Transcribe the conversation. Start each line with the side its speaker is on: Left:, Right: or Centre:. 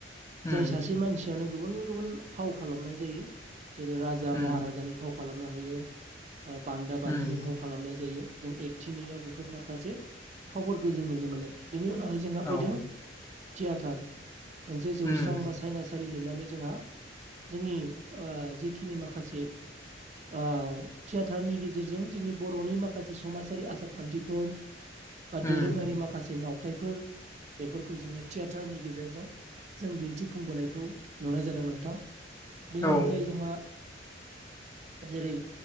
Left: उम
Right: जाय सासे मानसियानो गुबुन गुबुन फाव खालामनाय जायो जेरै राजा
Left: उम
Right: महाराजानि फाव खालामनो हायो। बान्दा बान्दिनि
Left: उम
Right: फाव खालामनाय जायो जों एकथिनियाव बे फोर माखासे फावफोरखौ जों नुनो मोनो बिनि उनावहाय जोंहा
Left: औ
Right: फैदों थियाटार मोनसे जौस्रां
Left: उम
Right: बा साइना सालि लुनानै जोंहा जोंनि जेखिनि माखासे आ थियाेटारनि गेजेरजों जोंनि बर'नि माखासे समाजारि आसार खान्थिफोर बा
Left: उम
Right: दोरोङारि माखासे मावथाइफोर बेफोरखौ जोङो थियेटारनि गेजेरजों जों दिन्थिफुंबोनायखौ नुनाय जादों नोंथां बेनि
Left: औ
Right: अनगायै जोंहा जेरै